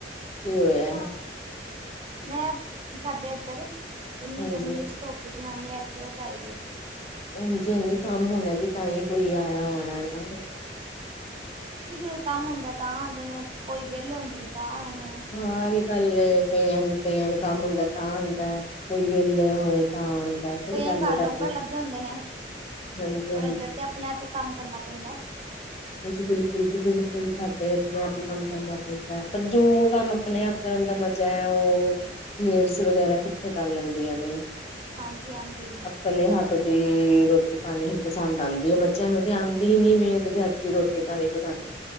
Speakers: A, on the left; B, on the right.
A: ਕੀ ਹੋਇਆ।
B: ਮੈਂ ਸਾਡੇ ਇੱਧਰ ਇੰਨੀ
A: ਹਾਂਜੀ
B: ਗਰਮੀ 'ਚ ਧੁੱਪ ਜਨਾਨੀ ਐਕਟੀਵਾ 'ਚ ਆਈ ਏ।
A: ਉਂਝ ਜਰੂਰੀ ਕੰਮ ਹੋਣਾ ਜੇ ਤਾਂਹੀ ਕੋਈ ਆਇਆ ਹੋਣਾ ਨਾ।
B: ਕਿਸੇ ਨੂੰ ਕੰਮ ਹੁੰਦਾ ਤਾਂ ਆਂਦੇ ਨੇ ਕੋਈ ਵਿਹਲੇ ਹੁੰਦੇ ਨੇ ਤਾਂ ਆ ਦੇ ਨੇ।
A: ਹਾਂ ਇਹ ਵੀ ਗੱਲ ਕਈਆਂ-ਕਈਆਂ ਨੂੰ ਕੰਮ ਹੁੰਦਾ ਤਾਂ ਆਂਦਾ ਕੋਈ ਵੇਹਲੇ ਹੋਏ ਤਾਂ ਆਂਦਾ ਸਈ
B: ਕਈਆਂ
A: ਗੱਲ
B: ਘਰ
A: ਤੁਆਡੀ
B: ਨੌਕਰ ਲੱਗੇ ਹੁੰਦੇ ਨੇ
A: ਹਾਂਜੀ-ਹਾਂਜੀ
B: ਔਰ ਇੱਧਰ ਤੇ ਆਪਣੇ ਆਪ ਈ ਕੰਮ ਕਰਨਾ ਪੈਂਦਾ।
A: ਜੀ ਬਿਲਕੁਲ ਜੀ ਬਿਲਕੁਲ ਸਾਡੇ ਆਪਣੇ ਆਪ ਈ ਕੰਮ ਕਰਨਾ ਪੈਂਦਾ। ਪਰ ਜੋ ਕੰਮ ਆਪਣੇ ਆਪ ਕਰਨ ਦਾ ਮਜ਼ਾ ਹੈ ਓ ਮੈਡਸ ਵਗੈਰਾ ਕਿੱਥੇ ਕਰ ਲੈਂਦੀਆਂ ਨੇ।
B: ਹਾਂਜੀ-ਹਾਂਜੀ
A: ਆਪਣੇ ਹੱਥ ਦੀ ਰੋਟੀ ਪਾਣੀ ਹੀ ਪਸੰਦ ਆਂਦੀ ਹੈ ਬੱਚਿਆਂ ਨੂੰ ਤੇ ਆਂਦੀ ਹੀ ਨੀ ਮੇਡ ਦੇ ਹੱਥ ਦੀ ਰੋਟੀ ਪਾਣੀ ਪਸੰਦ